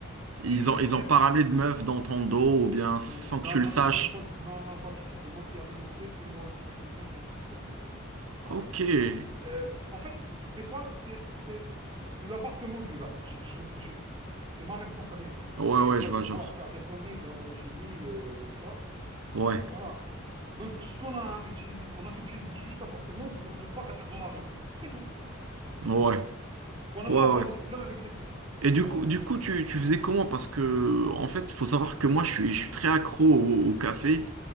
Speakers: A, on the right (about 90°); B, on the right (about 25°).
A: Ils
B: oui,
A: ont, ils
B: mais
A: ont pas ramené de meuf dans ton dos ou bien sans
B: non,
A: que tu
B: non,
A: le saches.
B: non, non, pas du, non, non, pas du tout. C'est moi qui avais les clés, c'est moi qui ouvrais, c'est moi qui fermais, c'est tout.
A: Ok.
B: Voilà. les-
A: Ouais,
B: Euh, en fait, c'était quoi? C'était, c'était, c'est l'appartement du gars. Je- je- je- c'est c'est- c'est ma responsabilité.
A: ouais,
B: Je vais pas
A: je
B: pouvoir
A: vois, genre.
B: faire des conneries dans- chez lui, euh, tu vois.
A: Ouais.
B: Donc voilà. Donc ce qu'on a utilisé, on a utilisé juste l'appartement pour ne pas être dans la rue. C'est tout.
A: Ouais.
B: Pour ne
A: Ouais,
B: pas avoir
A: ouais.
B: de
A: ouais.
B: problème avec les keufs, quoi.
A: Et du
B: En
A: coup,
B: résumé.
A: du coup, tu, tu faisais comment? Parce que, en fait, faut savoir que moi, je suis, je suis très accro au, au café.